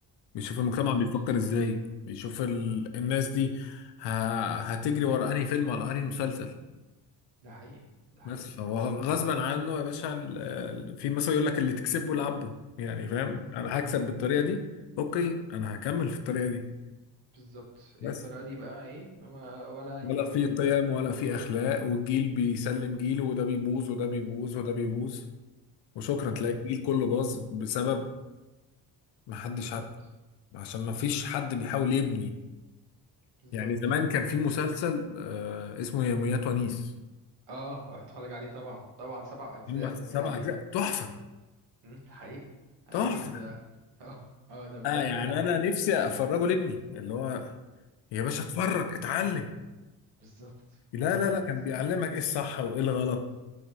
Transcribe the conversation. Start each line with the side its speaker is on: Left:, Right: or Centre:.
Left: بيشوف المجتمع
Right: بالظبط
Left: بيفكر ازاي بيشوف ال... الناس دي ه... هتجري ورا انهي فيلم ولا انهي مسلسل
Right: ده حقيقي ده حقيقي
Left: بس فهو غصبا عنه يا باشا ال... ال- في مثلا يقول لك اللي تكسبه لعبه يعني فاهم
Right: م.
Left: انا هكسب بالطريقه دي اوكي انا هكمل في الطريقه دي
Right: بالظبط
Left: بس
Right: الطريقه دي بقى ايه ما ولا
Left: ولا
Right: يهمني
Left: في قيم
Right: الطريقه
Left: ولا في اخلاق والجيل بيسلم جيله وده بيبوظ وده بيبوظ وده بيبوظ وشكرا تلاقي
Right: أت...
Left: الجيل كله باظ بسبب ما حدش
Right: بالظبط
Left: عارف عشان ما فيش حد بيحاول يبني
Right: بالظبط
Left: يعني زمان كان في مسلسل آه اسمه يوميات ونيس
Right: اه هتفرج عليه طبعا طبعا سبع اجزاء
Left: هم
Right: بتهيألي
Left: سبع اجزاء تحفه
Right: مم، حقيقي حقيقي
Left: تحفه
Right: ده <laughs> اه اه ده بجد
Left: اه يعني
Right: ده حاجة
Left: انا نفسي افرجه لابني اللي هو يا باشا
Right: مم،
Left: اتفرج اتعلم
Right: بالظبط
Left: لا
Right: بالظبط
Left: لا لا كان بيعلمك ايه الصح وايه الغلط